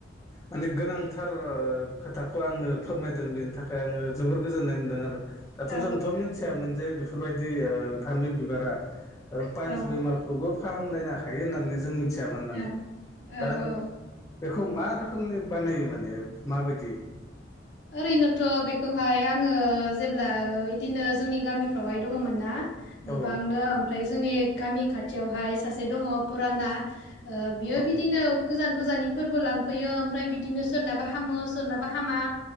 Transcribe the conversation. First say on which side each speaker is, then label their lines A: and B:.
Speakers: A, on the left; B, on the left.
A: माने गोनांथार ओ खोथाखौ आंनो फोरमायदों बेनि थाखाय जोबोर गोजोननाय मोनदों आरो। दाथ'
B: औ
A: जोंथ' मिथियामोन जे बिफोर बायदि फामि बिबारा पाइल्स
B: औ
A: बेमारखौ थेवबो फाहामलायनो हायो होननानै जों मिथियामोन माने
B: औ
A: दा
B: औ औ
A: बेखौ मा रोखोमनि बानायो माने माबायदि?
B: ओरैनोथ' बेखौहाय आङो जेब्ला इदिनो जोंनि गामिफ्रावहाय दङमोन ना
A: औ
B: गोबांनो ओमफ्राय जोंनि गामि खाथियावहाय सासे दङ पुराना ओ बियो
A: औ
B: बिदिनो गोजान गोजाननि फोरबो लांफैयो ओमफ्राय बिदिनो सोरनाबा हामो सोरनाबा हामा